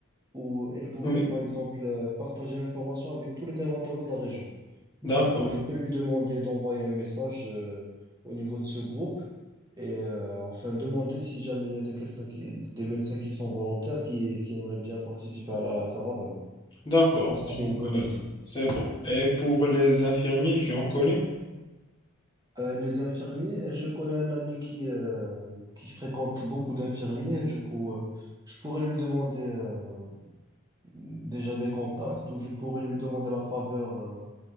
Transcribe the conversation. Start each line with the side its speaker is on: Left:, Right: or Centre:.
Right: où elle pouvait,
Left: Oui.
Right: par exemple, euh, partager l'information avec tous les dermatologues de la région. Du
Left: D'accord.
Right: coup, je peux lui demander d'envoyer un message euh, au niveau de ce groupe et euh, enfin demander si jamais il y a de quelqu'un qui, des médecins qui sont volontaires qui, qui aimeraient bien participer à la caravane.
Left: D'accord.
Right: Je pense que
Left: Donc,
Right: c'est une bonne
Left: euh,
Right: idée.
Left: c'est bon. Et pour les infirmiers, tu en connais?
Right: Euh, les infirmiers, je connais un ami qui, euh, qui fréquente beaucoup d'infirmiers. Du coup, euh, je pourrais lui demander euh, déjà des contacts ou je pourrais lui demander la faveur euh,